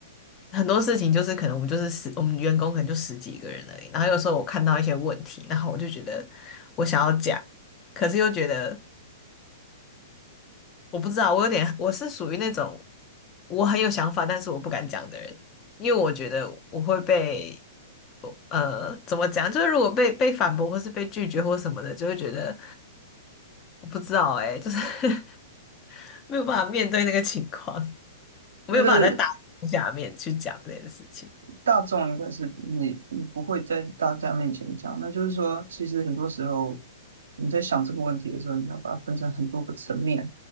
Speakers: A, on the left; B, on the right.
A: 很多事情就是可能我们就是十，我们员工可能就十几个人而已。然后有时候我看到一些问题，然后我就觉得我想要讲，可是又觉得我不知道，我有点我是属于那种我很有想法，但是我不敢讲的人，因为我觉得我会被。呃，怎么讲？就是如果被被反驳，或是被拒绝，或什么的，就会觉得我不知道哎、就是 <laughs> 没有办法面对那个情况，没有办法在大众下面去讲这件事情。
B: 觉得大众应该是你你不会在大家面前讲，那就是说，其实很多时候你在想这个问题的时候，你要把它分成很多个层面，